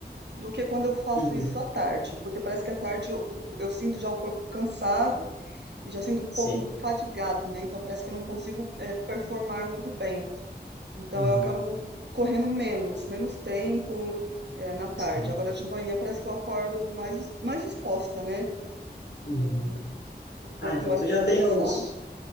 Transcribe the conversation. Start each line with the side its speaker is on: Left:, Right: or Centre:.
Right: do que quando eu faço
Left: Uhum.
Right: isso à tarde, porque parece que à tarde eu, eu sinto já o corpo cansado e já sinto um
Left: Sim.
Right: pouco fadigado, né? Então parece que eu não consigo eh, performar muito bem. Então
Left: Uhum.
Right: eu acabo correndo menos, menos tempo é, na tarde.
Left: Sim.
Right: Agora de manhã parece que eu acordo mais, mais disposta, né?
Left: Uhum.
Right: É, O corpo
Left: Ah, então
Right: mais
Left: tu
Right: descansado.
Left: já tem uns